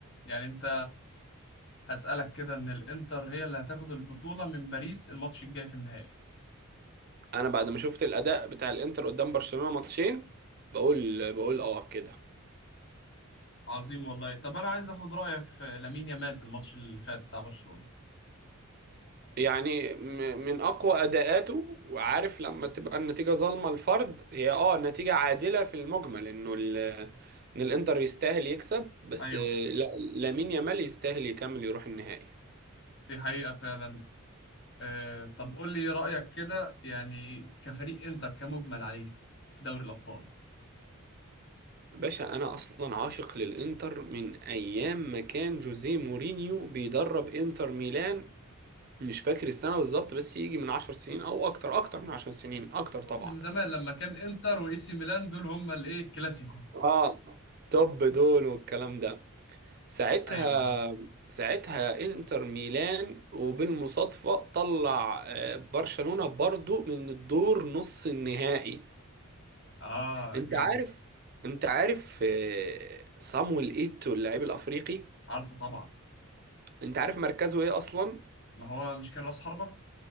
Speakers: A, on the left; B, on the right.
A: يعني انت هسألك كده ان الانتر هي اللي هتاخد البطولة من باريس الماتش الجاي في النهائي
B: انا بعد ما شفت الاداء بتاع الانتر قدام برشلونة ماتشين بقول بقول اه كده
A: عظيم والله طب انا عايز اخد رأيك في لامين يامال في الماتش اللي فات بتاع برشلونة
B: يعني م- من اقوى اداءاته وعارف لما تبقى النتيجه ظالمه الفرد هي اه نتيجه عادله في المجمل انه ال... ان الانتر يستاهل يكسب بس
A: ايوه
B: لا لامين يامال يستاهل يكمل يروح النهائي
A: دي حقيقة فعلا آه طب قول لي رأيك كده يعني كفريق انتر كمجمل عليه في دوري الابطال
B: باشا انا اصلا عاشق للانتر من ايام ما كان جوزيه مورينيو بيدرب انتر ميلان مش فاكر السنه بالظبط بس يجي من عشر سنين او اكتر اكتر من عشر سنين اكتر طبعا
A: من زمان لما كان انتر واي سي ميلان دول هما الايه الكلاسيكو
B: اه طب دول والكلام ده ساعتها
A: ايوه
B: ساعتها انتر ميلان وبالمصادفة طلع آه، برشلونة برضو من الدور نص النهائي
A: اه
B: انت
A: جامد
B: عارف انت عارف آه، صامويل ايتو اللاعب الافريقي
A: عارفه طبعا
B: انت عارف مركزه ايه اصلا
A: ما هو مش كان راس حربة